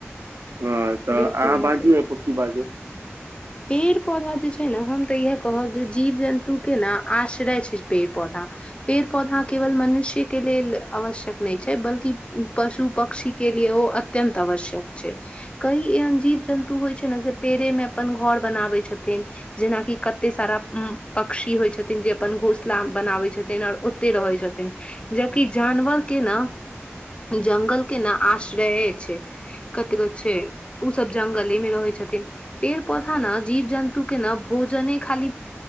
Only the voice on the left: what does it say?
बिल्कुल
अहाँ
सही कहलौं
पेड़ पौधा जे छै ने हम तऽ इहे कहब जे जीव जन्तु के ने आश्रय छै पेड़ पौधा पेड़ पौधा केवल मनुष्ये के लेल आवश्यक नै छै बल्कि पशु पक्षी के लिए ओ अत्यन्त आवश्यक छै कई एहन जीव जन्तु होइ छै न जे पेड़े मे अपन घर बनाबै छथिन जेनाकि कते सारा पक्षी होइ छथिन जे अपन घोसला बनाबै छथिन आओर ओते रहै छथिन जबकि जानवर के न जंगल के न आश्रय छै कतई कहै छै उ सब जंगले मे रहै छथिन पेड़ पौधा न जीव जन्तु के न भोजने खाली